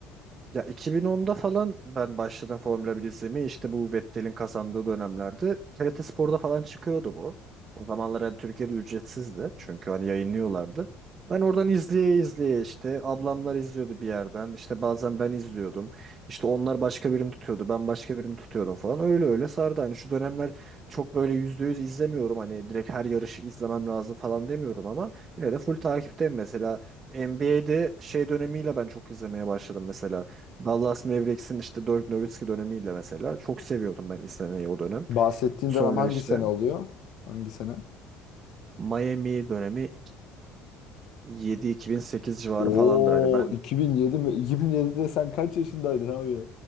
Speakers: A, on the right; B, on the left.
A: Ya 2010'da falan ben başladım Formula 1 izlemeye. İşte bu Vettel'in kazandığı dönemlerde TRT Spor'da falan çıkıyordu bu. O zamanlar hani Türkiye'de ücretsizdi. Çünkü hani yayınlıyorlardı. Ben oradan izleye izleye işte ablamlar izliyordu bir yerden. İşte bazen ben izliyordum. İşte onlar başka birini tutuyordu. Ben başka birini tutuyordum falan. Öyle öyle sardı. Hani şu dönemler çok böyle yüzde yüz izlemiyorum. Hani direkt her yarışı izlemem lazım falan demiyorum ama yine de full takipteyim. Mesela NBA'de şey dönemiyle ben çok izlemeye başladım mesela. Dallas Mavericks'in işte Dirk Nowitzki dönemiyle mesela çok seviyordum ben izlemeyi o dönem.
B: Bahsettiğin
A: Sonra
B: dönem hangi
A: işte
B: sene oluyor? Hangi sene?
A: Miami dönemi 2007-2008 civarı
B: Oo
A: falandır. Hani ben
B: 2007 mi? 2007'de sen kaç yaşındaydın abi ya?